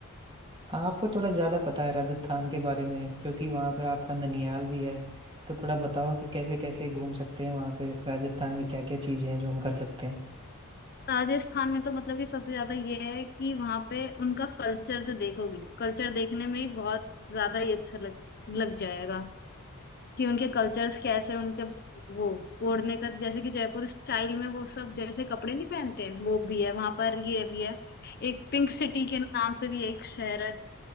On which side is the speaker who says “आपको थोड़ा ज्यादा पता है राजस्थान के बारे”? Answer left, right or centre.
Right